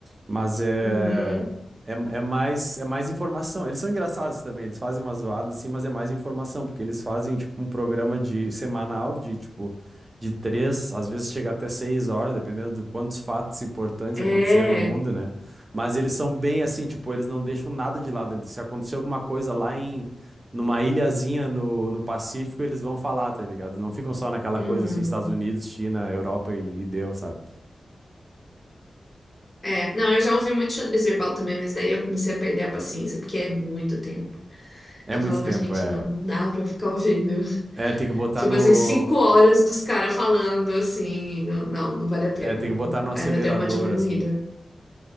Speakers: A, on the right; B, on the left.
A: Mas é,
B: Uhum.
A: é, é mais é mais informação. Eles são engraçados também, eles fazem umas zoadas assim, mas é mais informação, porque eles fazem tipo um programa de semanal de tipo de três, às vezes chega até seis horas, dependendo de quantos fatos importantes
B: É.
A: aconteceram no mundo, né? Mas eles são bem assim, tipo, eles não deixam nada de lado. Eles, se acontecer alguma coisa lá em numa ilhazinha no, no Pacífico, eles vão falar, tá ligado? Não ficam só naquela
B: Uhum.
A: coisa assim, Estados Unidos, China, Europa e, e deu, sabe?
B: É. Não, eu já ouvi muito xadrez verbal também, mas daí eu comecei a perder a paciência, porque é muito tempo.
A: É
B: Eu
A: muito
B: falava,
A: tempo,
B: gente,
A: é
B: não, não dá pra ficar ouvindo. <laughs>
A: É, tem que botar
B: Tipo
A: no,
B: assim, cinco horas dos caras falando, assim, não, não, não vale a pena.
A: é, tem
B: Não.
A: que botar no acelerador,
B: Aí eu dei uma diminuída.
A: assim.